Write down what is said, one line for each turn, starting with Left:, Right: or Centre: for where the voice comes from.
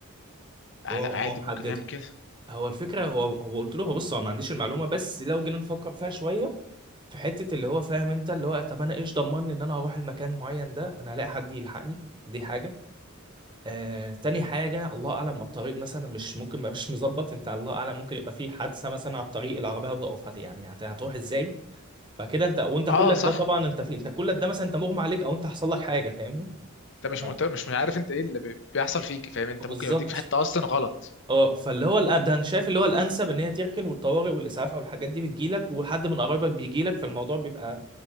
Left: آه
Right: هو
Left: لا
Right: هو
Left: عادي
Right: محدد
Left: ممكن يعمل كده
Right: هو الفكره هو هو قلت له هو بص هو ما عنديش المعلومه بس لو جينا نفكر فيها شويه في حته اللي هو فاهم انت اللي هو طب انا ايش ضمني ان انا هروح المكان معين ده انا هلاقي حد يلحقني دي حاجه آه تاني حاجه الله اعلم ما الطريق مثلا مش ممكن ما مش مظبط انت الله اعلم ممكن يبقى في حادثه مثلا على الطريق العربيه هتقف هت- يعني هت- هتروح ازاي فكده انت وانت
Left: اه
Right: كل
Left: صح
Right: ده طبعا انت في انت كل ده مثلا انت مغمى عليك او انت حصل لك حاجه فاهمني
Left: انت مش
Right: آه.
Left: مت... مش عارف انت ايه اللي بي- بيحصل فيك فاهم انت
Right: بالظبط
Left: ممكن يوديك في حته اصلا غلط
Right: اه فاللي هو الأ- ده انا شايف اللي هو الانسب ان هي تركن والطوارئ والاسعاف او الحاجات دي بتجيلك وحد من قرايبك بيجيلك فالموضوع بيبقى